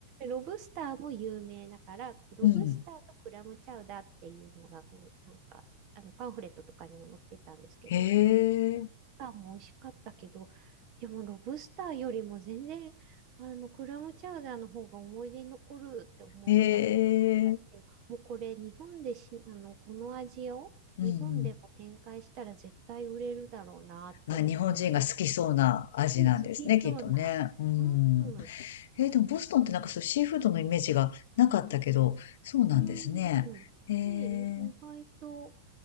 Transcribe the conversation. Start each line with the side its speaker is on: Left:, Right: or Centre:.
Right: ロブスターも有名だから、こうロブスターとクラムチャウダーっていうのが、
Left: うん。
Right: こうなんか、あのパンフレットとかにも載ってたんですけど、
Left: へ
Right: ロ
Left: え、
Right: ブスターも美味しかったけど、いやもうロブスターよりも全然、あの、クラムチャウダーの方が思い出に残るって思うぐらい美味しかった。
Left: へえ、
Right: もうこれ、日本でし、あの、この味を日本でも展開したら絶対売れるだろうなって思う。
Left: うんうん。まあ、日本人が好きそうな味なんですね、
Right: うん、好きそうな。
Left: きっとね。うん。
Right: うん。う
Left: えーでもボストンってなんかそうシーフードのイメージがなかったけど、
Right: ん。
Left: そうなんですね。
Right: うんね、
Left: えー、
Right: い意外と、